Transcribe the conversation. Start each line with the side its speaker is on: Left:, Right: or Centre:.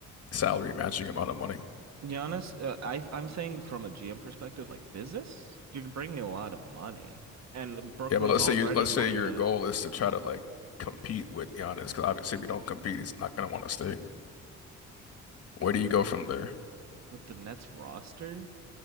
Left: salary matching amount of money.
Right: Giannis, uh, I I'm saying from a GM perspective, like business, you're bringing a lot of money, and Brooklyn's
Left: Yeah, but let's
Right: already
Left: say you let's
Right: one
Left: say your
Right: of the
Left: goal is to try to like compete with Giannis, because obviously if you don't compete, he's not gonna want to stay. Where
Right: com
Left: do you go from there?
Right: with the Nets roster.